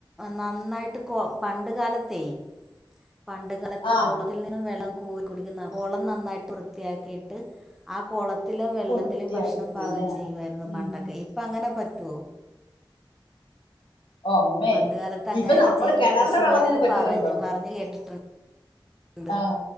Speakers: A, in the centre; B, on the left.
A: നന്നായിട്ട് പണ്ട് കാലത്തേ പണ്ട് കാലത്ത്
B: ആ
A: കുള ത്തിൽ നിന്നും വെള്ളം കോരി കുടിക്കുന്ന കുളം നന്നായിട്ട് വൃത്തിയാക്കിയിട്ട് ആ കുള ത്തിലെ വെള്ളത്തില്
B: വൃത്തിയാക്കിട്ട്
A: ഭക്ഷണം പാകം
B: ല്ലേ
A: ചെയ്യുവായിരുന്നു
B: ഉം
A: പണ്ടൊക്കെ ഇപ്പ അങ്ങനെ പറ്റുവോ
B: ഒമ്മേ
A: പണ്ട് കാലത്ത് അങ്ങനെയൊക്കെ
B: ഇപ്പൊ നമ്മള്
A: ചെയ്ത്
B: കിണറിലെ
A: മുത്തശ്ശിമാരൊക്കെ
B: വെള്ളം തന്നെ പറ്റുന്നുണ്ടോ
A: പറഞ്ഞ് പറഞ്ഞ് കേട്ടിട്ടുണ്ട് ഇണ്ട്
B: ആ